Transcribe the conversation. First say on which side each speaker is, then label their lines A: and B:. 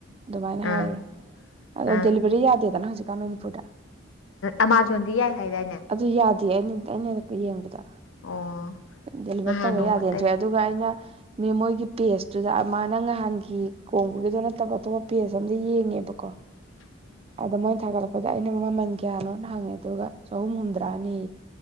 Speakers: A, on the right (about 30°); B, on the left (about 85°).
A: ꯑꯗꯨꯃꯥꯏꯅ
B: ꯑꯥ
A: ꯍꯥꯏꯌꯦ ꯑꯗꯣ
B: ꯑꯥ
A: ꯗꯦꯂꯤꯚꯔꯤ ꯌꯥꯗꯦꯗꯅ ꯍꯧꯖꯤꯛꯀꯥꯟ ꯃꯅꯤꯄꯨꯔꯗ
B: ꯑꯥꯃꯥꯖꯣꯟꯗꯤ ꯌꯥꯏ ꯍꯥꯏꯗꯥꯏꯅꯦ
A: ꯑꯗꯨ ꯌꯥꯗꯦ ꯑꯩꯅ ꯌꯦꯡꯕꯗ
B: ꯑꯣ
A: ꯗꯦꯂꯤꯚꯔ
B: ꯅꯍꯥꯟ
A: ꯇꯧꯕ
B: ꯅꯣꯡꯃ
A: ꯌꯥꯗꯦꯅ
B: ꯑꯇꯩ
A: ꯊꯣꯛꯑꯦ ꯑꯗꯨꯒ ꯑꯩꯅ ꯃꯣꯏꯒꯤ ꯄꯦꯖꯇꯨꯗ ꯃꯥꯅ ꯅꯍꯥꯟꯒꯤ ꯀꯣꯡꯕꯒꯤꯗꯣ ꯅꯠꯇꯕ ꯑꯇꯣꯞꯄ ꯄꯦꯖ ꯑꯝꯗ ꯌꯦꯡꯉꯦꯕꯀꯣ
B: <unintelligible>
A: ꯑꯗ ꯃꯣꯏꯅ ꯊꯥꯒꯠꯂꯛꯄꯗ ꯑꯩꯅ ꯃꯃꯟ ꯀꯌꯥꯅꯣꯅ ꯍꯪꯉꯦ ꯑꯗꯨꯒ ꯆꯍꯨꯝ ꯍꯨꯝꯗ꯭ꯔꯥꯅꯤ